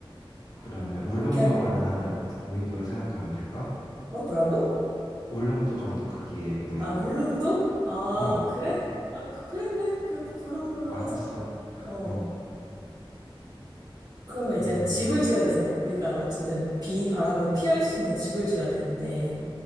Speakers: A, on the left; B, on the right.
A: 그러면 울릉도만은
B: 그렇게, 하-
A: 하는 무- 무인도로 생각하면 될까?
B: 어, 뭐라고?
A: 울릉도 정도 크기의 무인도.
B: 아, 울릉도? 아,
A: 어,
B: 그래? 아, 그- 그래, 그래. 그, 그런 걸로
A: 알았어.
B: 하자. 어.
A: 어,
B: 그러면
A: 그러면
B: 이제 집을 지어야 되잖아. 우리가 어쨌든 비, 바람을 피할 수 있는 집을 지어야 되는데,